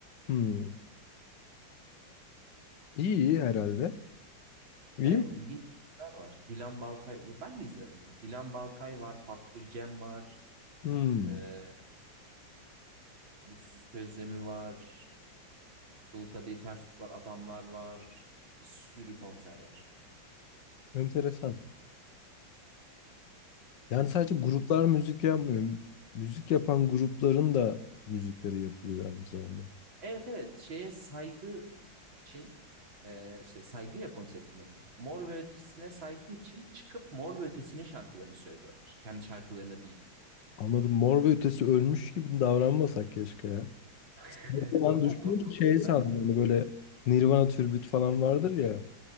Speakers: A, on the left; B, on the right.
A: Hmm. İyi iyi herhalde. İyi
B: Evet
A: mi?
B: ilginç filmler var. Dilan Balkay. Ben de izlemedim. Dilan Balkay var. Papir Cem var.
A: Hmm.
B: E, Ulusuzluk Özlemi var. Dul Kadehi Ters Tut var. Adamlar var. Bir sürü konser var.
A: Enteresan. Yani sadece gruplar müzik yapmıyor. Müzik yapan grupların da müzikleri yapılıyor aynı zamanda.
B: Evet evet. Şeye saygı için e, işte saygı ya konseptin adı. Mor ve Ötesi'ne saygı için çıkıp Mor ve Ötesi'nin şarkılarını söylüyorlar. Kendi şarkılarını değil.
A: Anladım. Mor ve Ötesi ölmüş gibi davranmasak keşke ya.
B: <laughs>
A: Ben
B: Onlar
A: düşününce
B: doğru da oğlum.
A: şey
B: Onlar.
A: sandım. Hani böyle Nirvana türbüt falan vardır ya.